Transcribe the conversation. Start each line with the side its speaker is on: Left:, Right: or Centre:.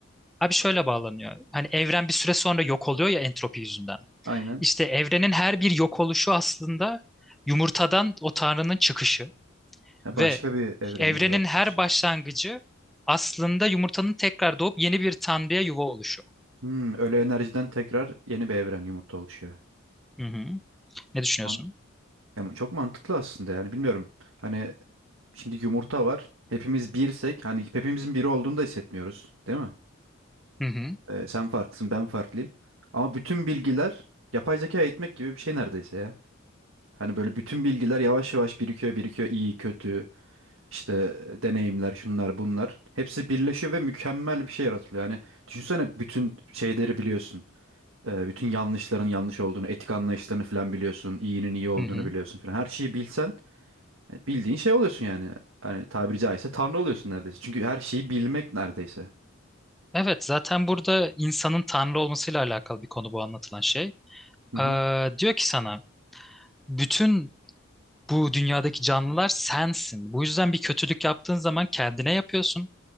Centre: Abi şöyle bağlanıyor. Hani evren bir süre sonra yok oluyor ya entropi yüzünden.
Right: Aynen.
Centre: İşte evrenin her bir yok oluşu aslında yumurtadan o tanrının çıkışı
Right: Ha,
Centre: ve
Right: başka bir evrenin
Centre: evrenin
Right: yaratılışı.
Centre: her başlangıcı aslında yumurtanın tekrar doğup yeni bir tanrıya yuva oluşu.
Right: Hmm, öyle enerjiden tekrar yeni bir evren yumurta oluşuyor.
Centre: Hı hı. Ne düşünüyorsun?
Right: Man- Ya, çok mantıklı aslında yani bilmiyorum. Hani Şimdi yumurta var. Hepimiz birsek hani hepimizin biri olduğunu da hissetmiyoruz, değil mi?
Centre: Hı hı.
Right: Ee, sen farklısın, ben farklıyım. Ama bütün bilgiler yapay zeka eğitmek gibi bir şey neredeyse ya. Hani böyle bütün bilgiler yavaş yavaş birikiyor, birikiyor. İyi, kötü, işte e, deneyimler, şunlar, bunlar. Hepsi birleşiyor ve mükemmel bir şey yaratılıyor. Yani düşünsene bütün şeyleri biliyorsun. Ee, bütün yanlışların yanlış olduğunu, etik anlayışlarını falan biliyorsun. İyinin iyi olduğunu
Centre: Hı hı.
Right: biliyorsun falan. Her şeyi bilsen Bildiğin şey oluyorsun yani. Hani tabiri caizse tanrı oluyorsun neredeyse. Çünkü her şeyi bilmek neredeyse.
Centre: Evet, zaten burada insanın tanrı olmasıyla alakalı bir konu bu anlatılan şey.
Right: Hı hı.
Centre: Ee, diyor ki sana bütün bu dünyadaki canlılar sensin. Bu yüzden bir kötülük yaptığın zaman kendine yapıyorsun.